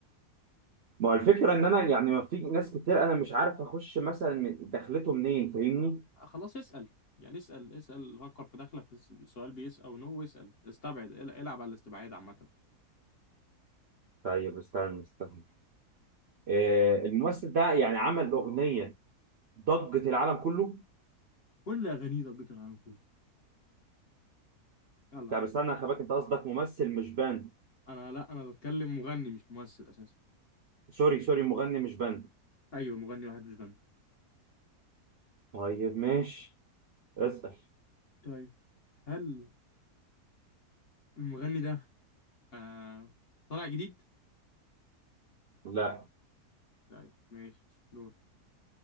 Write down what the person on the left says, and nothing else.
خلاص اسأل يعني اسأل اسأل فكر في داخلة في الس- سؤال بيس أو نو واسأل استبعد ال- العب على الاستبعاد عامة
كل أغانيه ضجة العالم كله يلا
أنا لا أنا بتكلم مغني مش ممثل أساسا
أيوه مغني واحد مش بند
طيب هل المغني ده آه طالع جديد؟
طيب ماشي دور